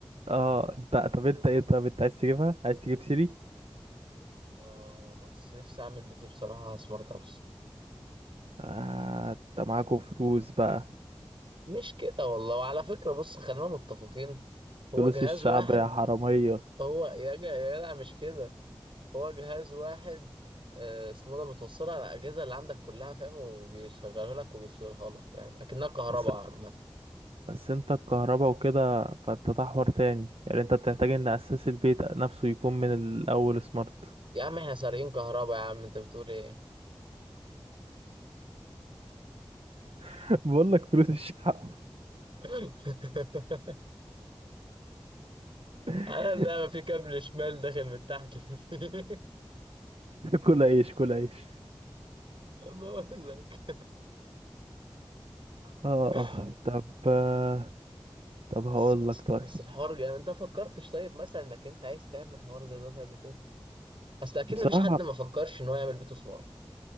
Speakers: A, on the right (about 80°); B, on the right (about 60°).
A: اه انت طب انت ايه طب انت عايز تجيبها عايز تجيب سيري
B: يا اسطى انا بص نفسي اعمل بيتي بصراحه سمارت هاوس
A: آه انت معاكوا فلوس بقى
B: مش كده والله وعلى فكرة بص خلينا متفقين هو
A: فلوس
B: جهاز
A: الشعب
B: واحد
A: يا حرامية
B: هو يا جا يا جدع مش كده هو جهاز واحد آه، اسمه ده بتوصلها على الأجهزة اللي عندك كلها فاهم وبيشغلها لك وبيفصلها لك فاهم أكنها كهرباء
A: بس
B: عامة
A: بس انت الكهرباء وكده فانت ده حوار تاني يعني انت بتحتاج ان اساس البيت نفسه يكون من الاول سمارت
B: يا عم احنا سارقين كهرباء يا عم انت بتقول ايه
A: <laughs> بقول لك فلوس الشعب
B: <laughs>
A: <laughs>
B: انا اللعبة في كابل شمال داخل من تحت الفيل.
A: كل عيش كل عيش
B: <laughs> بقول لك
A: اه
B: <laughs>
A: اه طب آه، طب هقول
B: بس
A: لك طيب
B: بس الحوار يعني انت فكرتش طيب مثلا انك انت عايز تعمل حوار زي ده قبل كده اصل اكيد
A: بصراحة
B: مفيش حد ما فكرش ان هو يعمل بيته سمارت